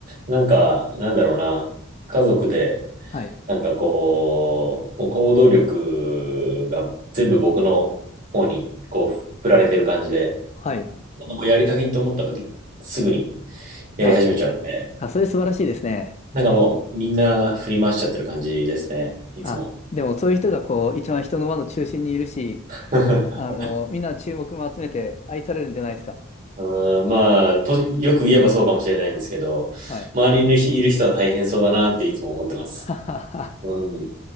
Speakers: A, on the right; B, on the left.
A: なんか、なんだろうな。家族で、
B: はい。
A: なんかこう、もう行動力が全部僕の方に、こう、振られてる感じで、
B: はい。
A: なんかもうやりたいと思ったら、すぐにやり始めちゃうんで、
B: あ、あ、それ素晴らしいですね。
A: なんかもう、みんな振り回しちゃってる感じですね。いつも。
B: あ、でもそういう人がこう、一番人の輪の中心にいるし、
A: <laughs>
B: あの、みんな注目も集めて愛されるんじゃないですか。
A: うん、まあ、と、よく言えばそうかもしれないんですけど、
B: はい。
A: 周りにいる人は大変そうだなっていつも思ってます。
B: <laughs> ははは。
A: うん。